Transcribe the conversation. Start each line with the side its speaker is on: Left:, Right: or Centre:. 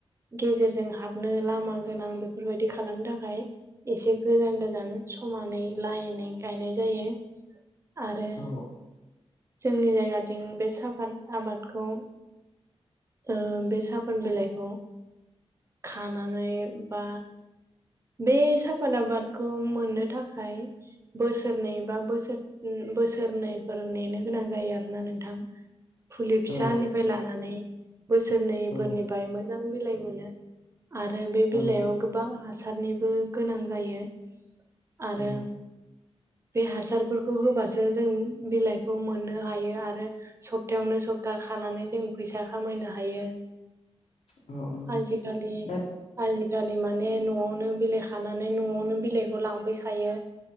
Right: गेजेरजों हाबनो लामा गोनां बेफोरबायदि खालामनो थाखाय एसे गोजान गोजान समानै लायेनै गायनाय जायो आरो
Left: औ
Right: जोंनि जायगाथिं बे साहाफाद आबादखौ ओ बे साफाद बिलाइखौ खानानै बा बे साफाद आबादखौ मोननो थाखाय बोसोरनै बा बोसोर बोसोरनैफोर नेनो गोनां जायो आरोना नोंथां फुलि फिसानिफ्राय
Left: औ
Right: लानानै बोसोरनैफोरनिफ्राय
Left: औ
Right: मोजां बिलाइ मोनो आरो बे
Left: औ
Right: बिलाइयाव गोबां हासारनिबो गोनां जायो आरो
Left: औ
Right: बे हासारफोरखौ होबासो जों बिलाइखौ मोननो हायो आरो सप्तायावनो सप्ता खानानै जों फैसा खामायनो हायो
Left: औ औ
Right: आजि खालि
Left: दा
Right: आजि खालि माने न'आवनो बिलाइ खानानै न'आवनो बिलाइखौ लांफैखायो